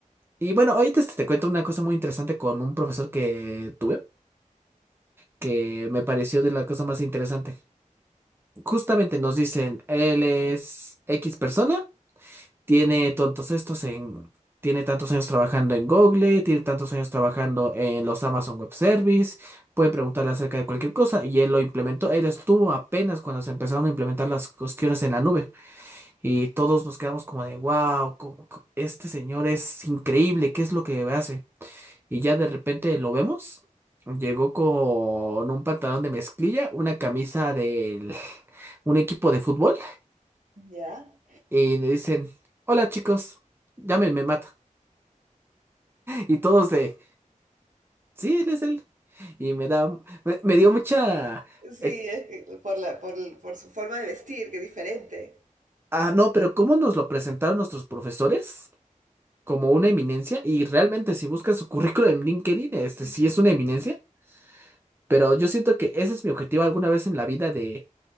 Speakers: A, on the right; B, on the right.
A: Y bueno, ahorita te, te cuento una cosa muy interesante con un profesor que tuve, que me pareció de la cosa más interesante. Justamente nos dicen, él es X persona. tiene tantos estos en, tiene tantos años trabajando en Google, tiene tantos años trabajando en los Amazon Web Service, pueden preguntarle acerca de cualquier cosa y él lo implementó, él estuvo apenas cuando se empezaron a implementar las cuestiones en la nube y todos nos quedamos como de, wow, este señor es increíble, ¿qué es lo que hace? Y ya de repente lo vemos. Llegó con un pantalón de mezclilla, una camisa de <laughs> un equipo de fútbol
B: ¿Ya?
A: y le dicen, hola chicos, llámenme Matt. Y todos de, sí, él es él. Y me da, me, me dio mucha...
B: Sí,
A: eh,
B: es que por la, por, el- por su forma de vestir, que es diferente.
A: ah, no, pero ¿cómo nos lo presentaron nuestros profesores? Como una eminencia. Y realmente si buscas su currículum en LinkedIn, este sí es una eminencia. Pero yo siento que ese es mi objetivo alguna vez en la vida de,